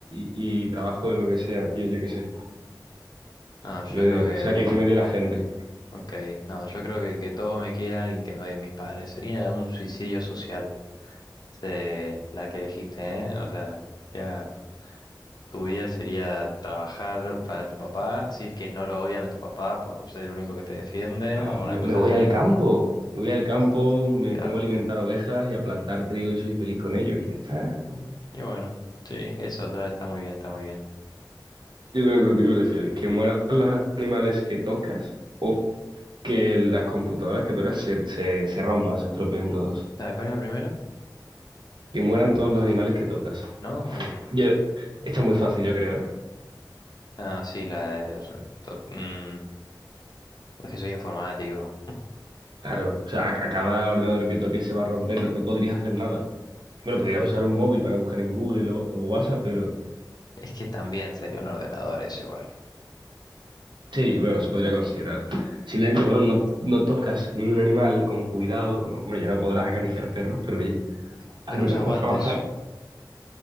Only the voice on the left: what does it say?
no, yo
creo que,
ok, no, yo creo que que todos me quieran y que me odien mis padres. Sería un suicidio social, se- la que elegiste, ¿eh? O sea, sería- tu vida sería trabajar para tu papá, si es que no lo odian a tu papá por ser el único que te defiende
o
una cosa
así.
Claro.
Mm, Y bueno, sí, eso otra está muy bien, está muy bien.
Ah, ¿Cuál es la primera?
No,
ah, sí, la de... re- to- mm, es que soy informático.
Es que también sería un ordenador eso igual.
Pero
usas
guantes.